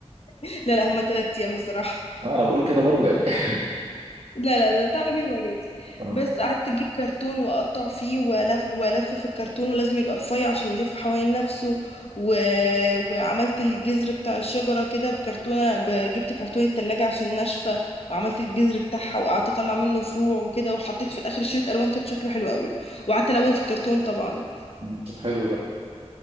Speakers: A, on the left (about 60°); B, on the right (about 55°).
A: <laughs> لا لا هما تلات ايام بصراحة
B: آه انا بقول كده برضو يعني <laughs>
A: لا لا ده تعبير مجازي
B: اه
A: بس قعدت اجيب كرتون واقطع فيه والف والف في الكرتون ولازم يبقى رفيع عشان يلف حوالين نفسه و... وعملت الجذر بتاع الشجره كده بكرتونه ب... جبت كرتونه التلاجة عشان ناشفه وعملت الجذر بتاعها وقعدت اطلع منه فروع وكده وحطيت في الاخر شريط الوان كان شكله حلو قوي وقعدت الون في الكرتون طبعا
B: م. طب حلو ده